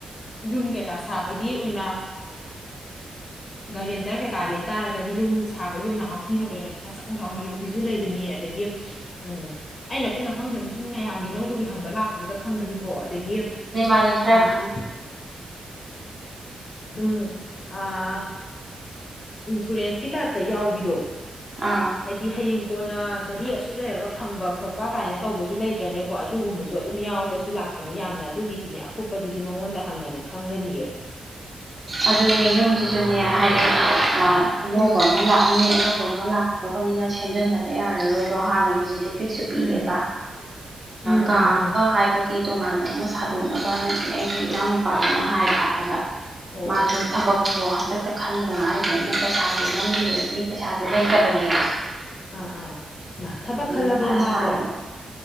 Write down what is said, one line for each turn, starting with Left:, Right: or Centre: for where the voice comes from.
Left: ꯌꯨꯝ ꯀꯩꯀꯥ ꯁꯥꯕꯒꯤ ꯑꯣꯏꯅ ꯒꯥꯔꯤꯌꯦꯦꯟꯇꯔ ꯀꯩꯀꯥ ꯂꯩ ꯇꯥꯔꯒꯗꯤ ꯌꯨꯝ ꯁꯥꯕꯒꯤ ꯑꯣꯏꯅ ꯍꯥꯎꯁꯤꯡ ꯂꯣ ꯑꯣꯏꯅ ꯄꯩꯁꯥ ꯆꯥꯎꯅ ꯆꯥꯎꯅ ꯂꯧꯕꯤꯁꯨ ꯂꯩꯕꯅꯤ ꯑꯗꯒꯤ ꯎꯝ ꯑꯩꯅ ꯀꯨꯞꯅ ꯈꯪꯗ꯭ꯔꯁꯨ ꯁꯨꯝ ꯃꯌꯥꯝꯒꯤ ꯂꯧꯕꯒꯤ ꯍꯪꯕ ꯂꯥꯛꯄꯗꯨꯗ ꯈꯪꯕꯅꯤꯀꯣ ꯑꯗꯒꯤ
Right: ꯑꯅꯤ ꯃꯥꯅꯤ
Left: ꯑꯥ
Right: ꯈꯔ ꯈꯪꯉꯦ
Left: ꯎꯝ ꯑ ꯏꯟꯁꯨꯔꯦꯟꯁꯀꯤ ꯇꯥꯏꯞꯇ ꯌꯥꯎꯕꯤꯗꯣ
Right: ꯑꯥ
Left: ꯍꯥꯏꯗꯤ ꯍꯌꯦꯡ ꯀꯣꯟꯅ ꯆꯍꯤ ꯑꯁꯨꯛ ꯂꯩꯔꯒ ꯐꯪꯕ ꯈꯣꯠꯄ ꯀꯥꯏꯅ ꯇꯧꯕꯁꯨ ꯂꯩꯇ꯭ꯔꯅꯦ ꯀꯣ ꯑꯗꯨꯒꯨꯝꯕꯁꯨ ꯑꯗꯨꯝ ꯌꯥꯎꯕꯁꯨ ꯂꯥꯛꯄꯅꯤ ꯌꯥꯝꯅ ꯑꯗꯨꯒꯤꯗꯤꯅꯦ ꯑꯀꯨꯞꯄꯗꯨꯗꯤ ꯃꯉꯣꯟꯗ ꯍꯪꯉꯥꯗꯤ ꯈꯪꯒꯥꯅꯤꯌꯦ
Right: ꯑꯗꯨꯅꯦ ꯌꯨꯝꯁꯤꯁꯨꯅꯦ ꯍꯥꯏꯗꯤ ꯑꯅꯧꯕ
Left: ꯎꯝ
Right: ꯑꯃ ꯂꯥꯛꯅꯤ ꯑꯅꯧꯕ ꯊꯣꯡꯉ ꯂꯥꯛꯂꯄꯅꯤꯅ ꯁꯦꯝꯖꯤꯟꯅꯕ ꯌꯥꯔꯔꯣꯏꯗꯣ ꯍꯥꯟꯅꯒꯤꯁꯤꯗꯤ ꯐꯐꯤꯛꯁꯨ ꯄꯤꯑꯦꯕ
Left: ꯎꯝ ꯎꯝ
Right: ꯀꯥ
Left: ꯎꯝ
Right: ꯑꯃ
Left: ꯎꯝ
Right: ꯍꯥꯏꯕꯒꯤ ꯇꯣꯉꯥꯟꯕ ꯑꯃ ꯁꯥꯗꯣꯛꯅꯕꯅ ꯑꯩꯒꯤ ꯏꯅꯥꯎ ꯅꯨꯨꯄꯥꯗꯨꯅ ꯍꯥꯏꯕ ꯑꯗ
Left: ꯑꯣ
Right: ꯃꯥꯁꯨ
Left: ꯑꯣ
Right: ꯊꯕꯛꯇꯣ ꯍꯟꯗꯛꯇ ꯈꯟꯕꯗ ꯉꯥꯏꯔꯤꯕꯅꯤꯅ ꯄꯩꯁꯥꯁꯨ ꯅꯝꯈꯤꯕꯒꯤ ꯄꯩꯁꯥꯁꯦ ꯂꯩꯇꯕꯅꯦꯕꯥ
Left: ꯑꯥ ꯑꯥ ꯊꯕꯛ ꯈꯜꯂꯕ꯭ꯔꯣ
Right: ꯃꯊꯥ
Left: ꯃꯥꯕꯣ
Right: ꯁꯥꯔꯤꯕ